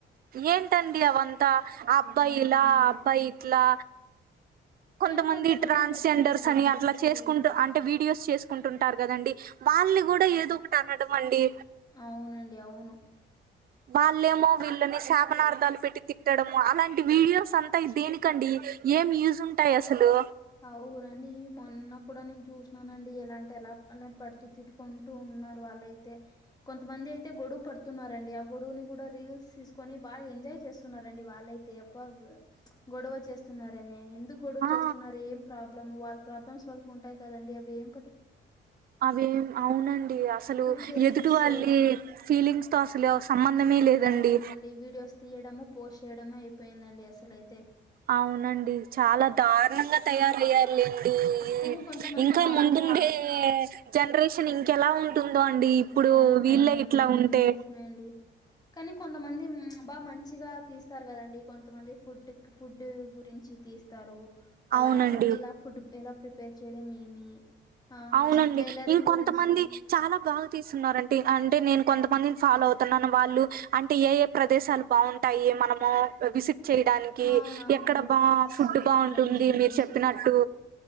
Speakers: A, on the right; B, on the left.
A: ఏంటండీ అవంతా ఆ అబ్బాయి
B: అవునండి
A: ఇలా ఆ అబ్బాయిట్లా కొంతమంది
B: కానీ
A: ట్రాన్స్
B: పెడతారండి
A: జెండర్స్ అని
B: మంచివి
A: అట్లా చేసుకుంటూ అ
B: హ్మ్.
A: వీడియోస్ చేసుకుంటుంటారు కదండి వాళ్ళని కూడా ఏదో ఒకటి అనడం అండి
B: అవునండి అవును
A: వాళ్ళేమో వీళ్ళని శాపనార్ధాలు పెట్టి తిట్టడము అలాంటి వీడియోస్ అంతా దేనికి ఎందుకండి ఏం యూజ్ ఉంటాయి అసలు
B: అవునండి మొన్న కూడా నేను చూసిననండి ఎలాంటి ఎలా పడుతుూ తిరు కొంటూ ఉన్నారు వాళ్ళయితే కొంతమంది అయితే గొడువు పడుతున్నారండి ఆ గొడువుని కూడా రీల్స్ తీసుకొని బాగా ఎంజాయ్ చేస్తున్నారండి వాళ్ళైతే తెప్ప గొడవ చేస్తున్నారనేం గొడవ
A: ఆ
B: చేస్తున్నారు ఏం ప్రాబ్లమ్ము వాళ్ళ ప్రాబ్లమ్స్ వాళ్ళకు ఉంటాయి కదండి అవేం
A: అవేం అవునండి అసలు
B: ఊరికే రీల్స్
A: ఎదుటి వాళ్ళ
B: చే
A: ఫీలింగ్స్ తొ అసాలు సంబంధమే లేదండి
B: అవునండి వీడియోస్ తీయడము పోస్ట్ చేయడమే అయిపోయిందండి అసలైతే
A: అవునండి చాలా దారుణంగా తయారయ్యారులేండి
B: కానీ కొంతమంది
A: ఇంకా
B: బాగా
A: ముందుండే జనరేషన్ ఇంకెలా ఉంటుందో అండి ఇప్పుడు
B: అవును
A: వీళ్ళే
B: అవునండి
A: ఇట్లా
B: అదేమో
A: ఉంటే
B: నిజమే అండి కానీ కొంతమంది బా మంచిగా తీస్తారు కదండి కొంతమంది ఫుడ్ ఫుడ్ గురించి తీస్తారు అలా
A: అవునండి.
B: ఎలా ఫుడ్ ఎలా ప్రిపేర్ చేయడం ఏమి ఆ
A: అవునండి
B: టైలరింగ్
A: ఇంకొంతమంది
B: గురించి
A: చాలా బాగా తీస్తున్నారంటి అంటే నేను కొంతమందిని ఫాలో అవుతున్నాను వాళ్ళు అంటే ఏ ఏ ప్రదేశాలు బావ్ ఉంటాయి మనమూ విసిప్ చెయ్యడానికి
B: అవునవునండి
A: ఎక్కడ బా
B: టూరిస్
A: ఫుడ్
B: టూరిజమ్స్
A: బావుంటుంది
B: గురించి
A: మీరు చెప్పినట్టు